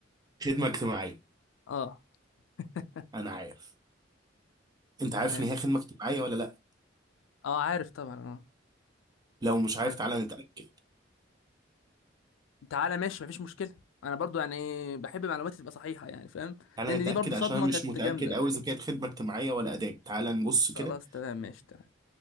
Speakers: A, on the right (about 20°); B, on the left (about 80°).
A: خدمه اجتماعيه
B: اه <laughs>
A: انا عارف انت
B: تمام
A: عارف ان هي خدمه اجتماعيه ولا لا
B: اه عارف طبعا اه
A: لو مش عارف
B: عارف
A: تعالى نتاكد
B: تعالى ماشي مفيش مشكلة انا برضو يعني بحب معلوماتي تبقى صحيحة يعني فاهم
A: تعالى
B: لان
A: نتاكد
B: دي برضو
A: عشان
B: صدمة
A: أنا
B: كانت
A: مش متاكد
B: جامدة
A: قوي اذا كانت خدمه اجتماعيه ولا اداب تعالى نبص كده
B: خلاص تمام ماشي تعالى